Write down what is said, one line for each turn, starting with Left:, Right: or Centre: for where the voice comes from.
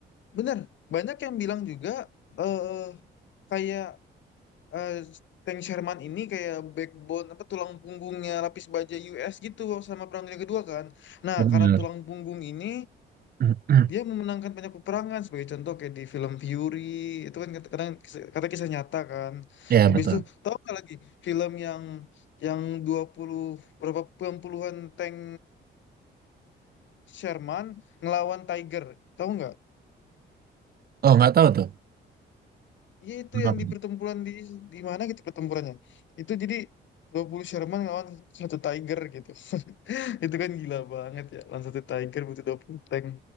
Left: benar banyak yang bilang juga eh kayak eh, Tank Sherman ini kayak backbone apa tulang punggungnya lapis baja US gitu sama Perang Dunia Kedua kan nah
Right: benar
Left: karena tulang punggung ini
Right: <clears throat>
Left: dia memenangkan banyak peperangan sebagai contoh kayak di film Fury itu kan kata- kadang kata kisah nyata kan
Right: ya
Left: habis
Right: betul
Left: itu tahu nggak lagi film yang yang 20 berapa puluhan puluhan tank Sherman ngelawan Tiger tahu nggak
Right: oh nggak tahu tuh
Left: ya itu
Right: Kenapa
Left: yang di
Right: tuh?
Left: pertempuran di di mana gitu pertempurannya itu jadi 20 Sherman ngelawan satu Tiger gitu <laughs> itu kan gila banget ya lawan satu Tiger butuh 20 tank